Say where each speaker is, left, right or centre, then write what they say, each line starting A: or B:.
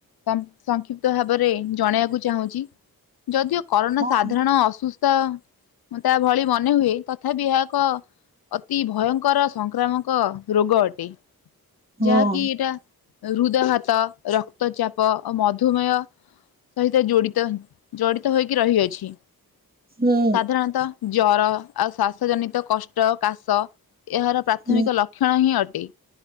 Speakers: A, on the left; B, on the right.
A: ସଂ ସଂକ୍ଷିପ୍ତ ଭାବରେ ଜଣେଇବାକୁ ଚାହୁଁଚି ଯଦିଓ କରୋନା
B: ହଁ
A: ସାଧାରଣ ଅସୁସ୍ ତ ମୁଁ ତା ଭଳି ବନି ହୁଏ ତଥାପି ଏହା ଏକ ଅତି ଭୟଙ୍କର ସଂକ୍ରାମକ ରୋଗ ଅଟେ।
B: ହଁ
A: ଯାହାକି ଏଇଟା ହୃଦଘାତ, ରକ୍ତଚାପ ଓ ମଧୁମେୟ ସହିତ ଜୋଡ଼ିତ ଜଡ଼ିତ ହୋଇକି ରହିଅଛି।
B: ହୁଁ
A: ସାଧାରଣତଃ ଜର ଆଉ ଶ୍ଵାସ ଜନିତ କଷ୍ଟ କାଶ ଏହାର ପ୍ରାଥମିକ
B: ହୁଁ
A: ଲକ୍ଷଣ ହିଁ ଅଟେ।